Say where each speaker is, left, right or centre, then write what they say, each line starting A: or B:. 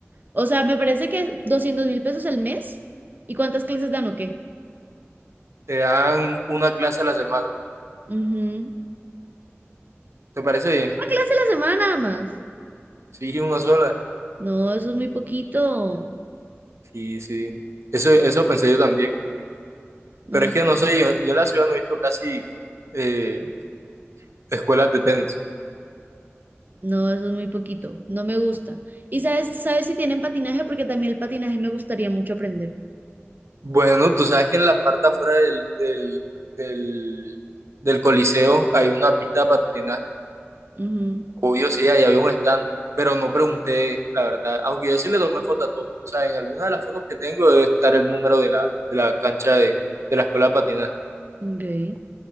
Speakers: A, on the right; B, on the right.
A: O sea, me parece que doscientos mil pesos al mes. ¿Y cuántas clases dan o qué?
B: Te dan una clase a la semana.
A: Ujú. Una
B: ¿Te parece bien?
A: clase a la semana nada más.
B: Sí, una sola.
A: No, eso es muy poquito.
B: Sí, sí. Eso, eso pensé yo también.
A: No,
B: Pero es
A: no,
B: que no sé, yo, yo en la ciudad no he visto casi eh, escuelas de tenis.
A: no, eso es muy poquito. No me gusta. ¿Y sabes, sabes si tienen patinaje? Porque también el patinaje me gustaría mucho aprender.
B: Bueno, tú sabes que en la parte afuera del, del, del, del Coliseo hay una pista de patinaje.
A: Ujú.
B: Obvio, sí, ahí había un stand, pero no pregunté, la verdad. Aunque yo sí le tomé foto a todo. O sea, en alguna de las fotos que tengo debe estar el número de la, de la cancha de, de la escuela de patinaje.
A: Ok.